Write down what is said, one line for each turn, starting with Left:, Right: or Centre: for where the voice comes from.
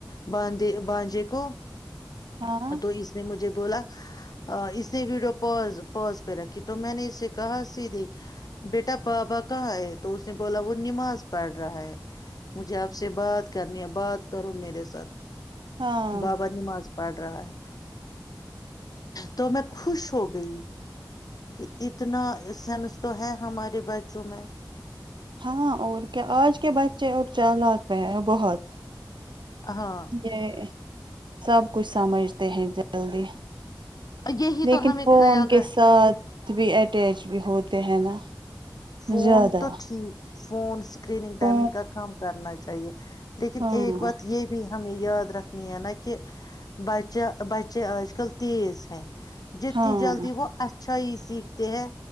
Left: باندے بانجے کو
Right: ہاں
Left: تو اس نے مجھے بولا اس نے ویڈیو پ پز پہ رکھی تو میں نے اس سے <unintelligible> کہاں س د بیٹا بابا کہاں ہے تو اس نے بولا وہ نماز پڑھ رہا ہے مجھے آپ سے بات کرنی ہے بات کرو میرے سے
Right: ہاں
Left: بابا نماز پڑ رہا ہے تو میں خوش ہو گئی کہ اتنا سینس تو ہے ہمارے بچوں میں
Right: ہاں اور کیا آج کے بچے اور چ لگ میں ہیں بہت
Left: ہاں
Right: ج <inaudible> سب کچھ سمجھتے ہیں جلدی
Left: یہی
Right: لیکن
Left: تو ہمیں
Right: فون
Left: خیال
Right: کے
Left: ر
Right: ساتھ بھی اٹیچ بھی ہوتے ہیں نا
Left: فون
Right: زیادہ
Left: تو ٹھیک فون <unintelligible> اسکرینگ
Right: ہ
Left: ائمنگ کا کم کرنا ہے چاہیے <unintelligible> لیکن
Right: ہاں
Left: ایک بات یہ بھی ہے ہمیں یاد رکھن نا کہ بچہ بچے آج کل تیز ہیں جتنی
Right: ہاں
Left: جلدی وہ اچھا ہی سیکھتے ہیں